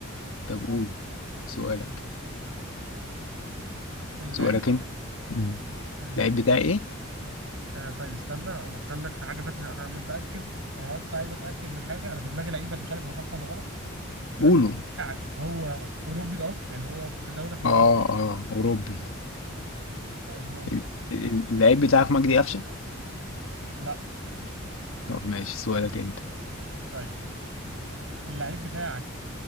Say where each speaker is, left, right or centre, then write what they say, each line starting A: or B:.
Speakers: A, on the left; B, on the right.
A: طب قول سؤالك
B: اللعيب
A: سؤالك انت مم.
B: اللعيب
A: اللعيب بتاعي ايه
B: آه طيب استنى افكر لك في حاجه بس انا متاكد انا بس عايز اتاكد من حاجه انا في دماغي لعيب بس مش عارف هو صح ولا غلط هل
A: قوله
B: اللعيب بتاعك هو اوروبي الاصل يعني هو في دوله في اوروبا
A: اه اه اوروبي
B: طيب دور
A: ال- ال- اللعيب بتاعك مجدي قفشه
B: لا
A: طب ماشي سؤالك انت
B: طيب اللعيب بتاعك